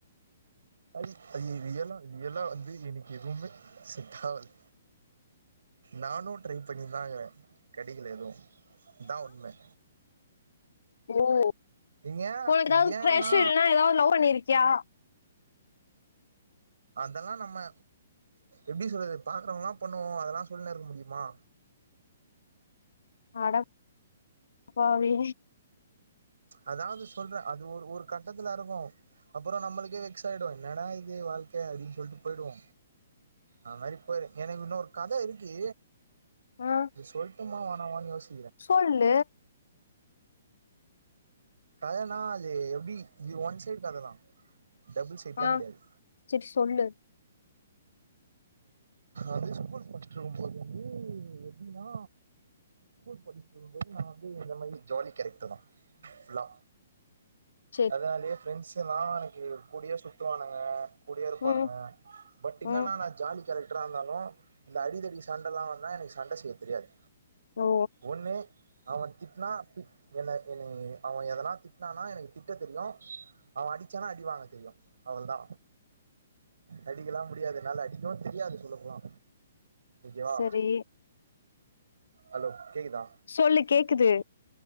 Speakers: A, on the right; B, on the left.
A: ஐ ஐ ரியலா ரியலா வந்து எனக்கு எதுமே செட்டாவாது நானு ட்ரை பண்ணின்தா கிற கெடைக்குள எதுவும் இதா உண்ம
B: உம்
A: ஏ
B: உனக்கு ஏதாவது
A: ஏன்னா
B: கிரஷ்ஷு இல்ன்னா ஏதாவது லவ் பண்ணிருக்கியா
A: அதெல்லா நம்ம எப்டி சொல்றது பாக்குறவ்ங்கலா பண்ணுவோ அதெல்லா சொல்ன்னு இருக்க முடியுமா
B: அடப் பாவி
A: அதாவ்து சொல்ற அது ஒரு ஒரு கட்டத்துல இருக்கு அப்பறோ நம்மளுக்கே வெக்ஸ் ஆய்டு என்னடா இது வாழ்க்க அப்டின் சொல்ட்டு போய்டுவோ அது மாரி போயிரு எனக்கு இன்னொரு கத இருக்கு
B: ஆ
A: இது சொல்ட்டுமா வேணாமான் யோசி
B: சொல்லு
A: கதன்னா அது எப்டி இது ஒன் சைட் கததா டபுள் சைட்லா
B: ஆ
A: கெடையாது
B: செரி சொல்லு
A: அது ஸ்கூல் படிச்சுட்டு இருக்கும்போது வந்து எப்டின்னா ஸ்கூல் படிச்சிட்டு இருக்கும் போது நா வந்து இந்த மாரி ஜாலி கேரக்ட்ரு தா ஃபுல்லா
B: செரி
A: அதனாலயே ஃப்ரெண்ட்ஸெல்லா எனக்கு கூடயே சுத்துவானுங்க கூடயே இருப்பானுங்க
B: ம்
A: பட் இன்னனா
B: ம்
A: நா ஜாலி கேரக் ட்ரா இருந்தாலு இந்த அடித்தடி சண்டலா வந்தா எனக்கு சண்ட செய்ய தெரியாது
B: ஓ
A: ஒன்னு அவ திட்னா திட் என்ன என்னய அவ எதனா திட்னானா எனக்கு திட்ட தெரியு அவ அடி ச்சானா அடிவாங்க தெரியு அவள்தா அடிக்கலா முடியாது என்னால அடிக்கவு தெரியாது சொல்லப்போனா ஓகேவா
B: செரி
A: ஹலோ கேக்குதா
B: சொல்லு கேக்குது